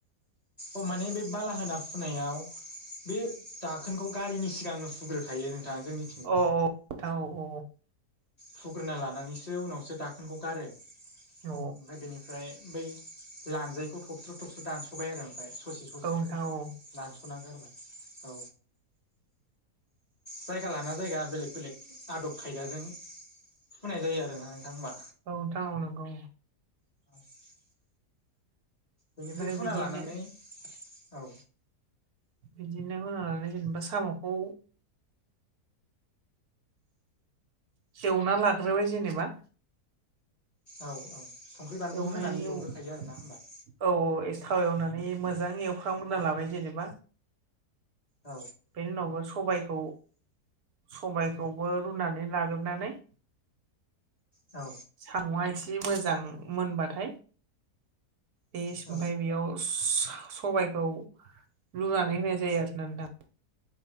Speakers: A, on the left; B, on the right.
A: अ माने बे बाला होना फुनायाव बे दाखोनखौ गारिनि सिगांनो फुग्रोखायो नोंथाङा जोंनि
B: अ औ थां औ।
A: फुग्रोना लानानैसो उनावसो दाखोनखौ गारो। ओमफ्राय
B: औ
A: बेनिफ्राय बै लान्जायखौ थबस्र थबस्र दानस'बाय आरो ओमफ्राय। ससे ससे
B: नोंथां औ
A: दानस'ना गारबाय औ। जायगा लाना जायगा बेलेग बेलेग आदब खायदाजों होनाय जायो आरोना नोंथां ओमबा?
B: औ नोंथां औ नोंगौ।
A: <inaudible> बेनिफ्राय
B: ओमफ्राय
A: हुना
B: बिदिनो
A: लानानै औ
B: बिदिनो हुना लानानै जेनेबा साम'खौ एवना लाग्रोबाय जेनेबा
A: औ औ संख्रि बानलु
B: एवनायनि
A: होनानै
B: औ
A: एवग्रोखायो आरोना होमबा?
B: औ <inaudible> मोजां एवखांग्रोना लाबाय जेनेबा।
A: औ
B: बेनि उनावबो सबायखौ सबायखौबो रुनानै लाग्रोनानै
A: औ
B: सामआ एसे मोजां मोनबाथाय <inaudible> ओमफ्राय
A: औ
B: बेयाव सा सबायखौ लुनानै होनाय जायो आरना नोंथां।